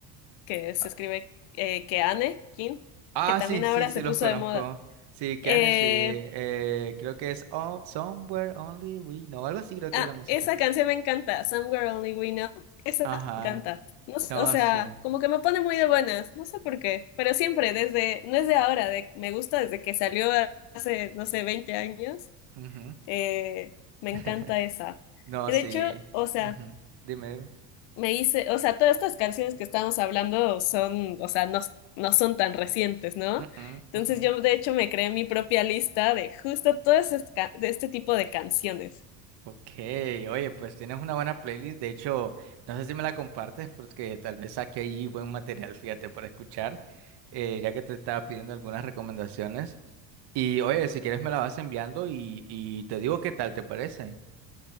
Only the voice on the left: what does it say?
que se
escribe eh, Keane, Kin,
que también
ahora
se
puso
de moda.
Eh,
Ah,
esa canción me encanta, Somewhere Only We Know. Esa
me encanta. No, sé,
o sea,
como que me pone muy de buenas, no sé por qué, pero siempre, desde, no es de ahora, de, me gusta desde que salió hace, no sé, 20 años,
eh, me
encanta esa.
Y
de hecho, o sea,
me hice, o sea, todas estas canciones que estamos hablando son, o sea, no, no son tan recientes, ¿no?
Entonces
yo, de hecho, me creé mi propia lista de justo todo ese ca- de este tipo de canciones.